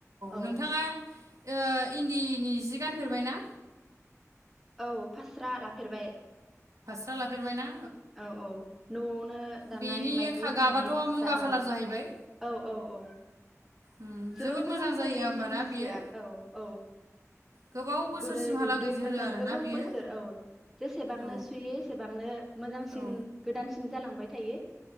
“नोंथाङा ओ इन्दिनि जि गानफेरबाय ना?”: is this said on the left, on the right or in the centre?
Right